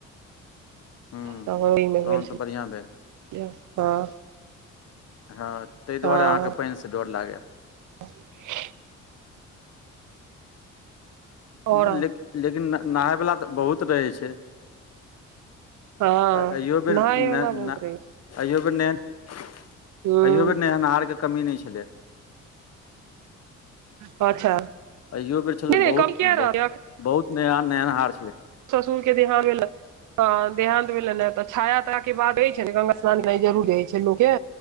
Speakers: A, on the left (about 55°); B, on the right (about 80°).
A: हूँ
B: त हमी नहैल
A: तहन तऽ
B: छलहुं,
A: बढ़िआँ भेल
B: हां।
A: हं, तै
B: हँ
A: दुआरे अहांके पानिसं डर लागैये।
B: <inaudible> आओर
A: लेकिन लेकिन नहायवला तऽ बहुत रहैय छै।
B: हँ
A: अहियो बेर
B: नहाय
A: न
B: वला
A: न
B: बहुत रहै छै
A: अहियो बेर ने अहियो
B: हूँ
A: बेर नहेनहारके कमी नै छलै।
B: अच्छा।
A: अहियो बेर छलै
B: नहि
A: बहुत
B: कम किया रहत
A: बहुत नहेनहार नया नहेनहार छलै।
B: ससुरके देहांत भेल हन। देहांत भेलैन ह तऽ छाया ताया के बात रहै छै न गंगा स्नान जरुर रहै छै लोकके।